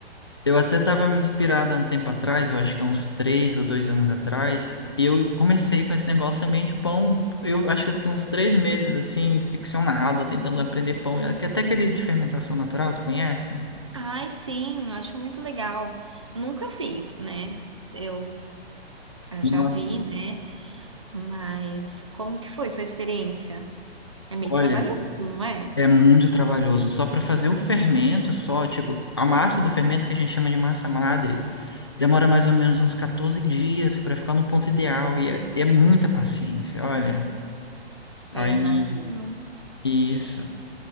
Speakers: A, on the left (about 25°); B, on the right (about 30°).
A: Eu até estava me inspirado há um tempo atrás, eu acho que há uns três ou dois anos atrás, e eu comecei com esse negócio também de pão. Eu acho que eu fiquei uns três meses assim, ficcionado, tentando aprender pão. Até até aquele de fermentação natural, tu conhece?
B: ai, sim, eu acho muito legal. Nunca fiz, né? Eu eh,
A: Nossa,
B: já vi, né? Mas como que foi sua experiência? É meio
A: olha,
B: trabalhoso, não é?
A: é muito trabalhoso. Só para fazer o fermento, só, tipo, a massa do fermento que a gente chama de massa madre, demora mais ou menos uns 14 dias para ficar no ponto ideal, e é, e é muita paciência, olha. Aí,
B: É, imagino.
A: isso.